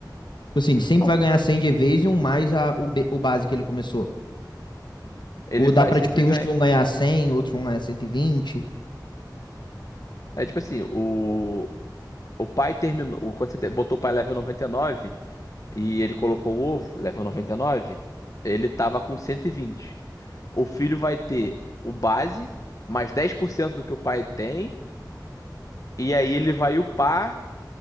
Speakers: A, on the left; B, on the left.
A: Tipo assim, ele sempre
B: não,
A: vai ganhar 100 de Evasion mais a, o, be- o base que ele começou.
B: ele
A: Ou
B: vai
A: dá pra,
B: sempre
A: tipo, tem uns
B: ganhar.
A: que vão ganhar cem outros vão ganhar cento e vinte
B: É tipo assim, o, o pai terminou. o- Quando você te- botou o pai level noventa e nove e ele colocou o ovo, level 99 ele tava com cento e vinte O filho vai ter o base, mais 10% do que o pai tem. E aí ele vai upar